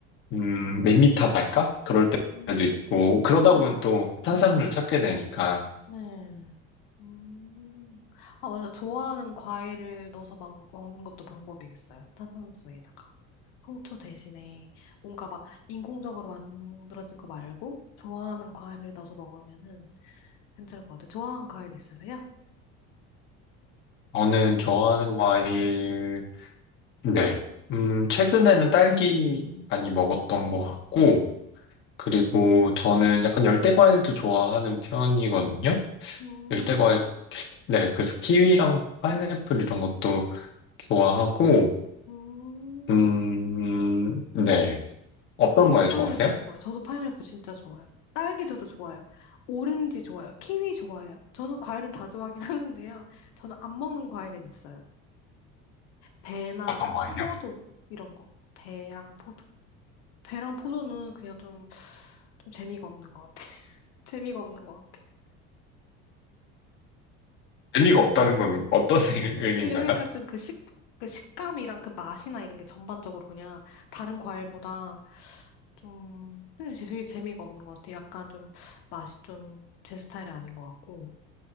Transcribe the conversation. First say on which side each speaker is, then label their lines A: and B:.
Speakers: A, on the left (about 40°); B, on the left (about 80°).
A: 음 밋밋하달까? 그럴
B: 음,
A: 때도 있고 그러다
B: 네,
A: 보면 또 탄산물을 찾게 되니까
B: 네. 음. 아, 맞아. 좋아하는 과일을 넣어서 막 먹는 것도 방법이겠어요. 탄산수에다가. 홍초 대신에 뭔가 막 인공적으로 만들어진 거 말고 좋아하는 과일을 넣어서 먹으면은 괜찮을 것 같아요. 좋아하는 과일 있으세요?
A: 저는 좋아하는 과일, 네. 음, 최근에는 딸기 많이 먹었던 것 같고, 그리고 저는 약간 열대 과일도 좋아하는 편이거든요.
B: 음,
A: 열대 과일, 네. 그래서 키위랑 파인애플 이런 것도 좋아하고,
B: 음.
A: 음, 네. 어떤
B: 저도
A: 과일
B: 파인애플
A: 좋아하세요?
B: 좋아요. 저도 파인애플 진짜 좋아요. 딸기 저도 좋아요. 오렌지 좋아요. 키위 좋아해요. 저는 과일은 다 좋아하긴 <laughs> 하는데요. 저는 안 먹는 과일은 있어요. 배나
A: 어떤 과일이요?
B: 포도 이런 거. 배랑 포도. 배랑 포도는 그냥 좀, 좀 재미가 없는 것 같아요. <laughs> 재미가 없는 것 같아요.
A: 의미가 없다는 건 어떤 <laughs> 의미인가요?
B: 그 약간 좀 그 식, 그 식감이랑 그 맛이나 이런 게 전반적으로 그냥 다른 과일보다 좀 근데 제- 제일 재미가 없는 것 같아요. 약간 좀 맛이 좀 제 스타일이 아닌 것 같고.